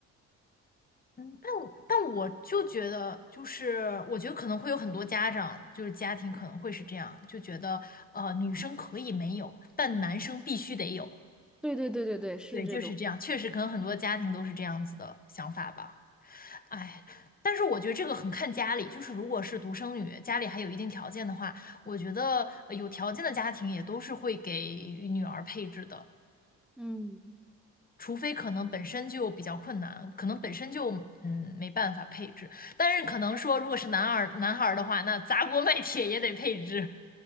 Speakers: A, on the left; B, in the centre.
A: 嗯但我但我就觉得，就是我觉得可能会有很多家长，就是家庭可能会是这样，就觉得呃女生可以没有，但男生必须得有。
B: 对对对对对，是这种。
A: 对，就是这样，确实可能很多家庭都是这样子的想法吧。哎，但是我觉得这个很看家里，就是如果是独生女，家里还有一定条件的话，我觉得呃有条件的家庭也都是会给女儿配置的。
B: 嗯，
A: 除非可能本身就比较困难，可能本身就嗯没办法配置，但是可能说如果是男孩儿男孩儿的话，那砸锅卖铁也得配置。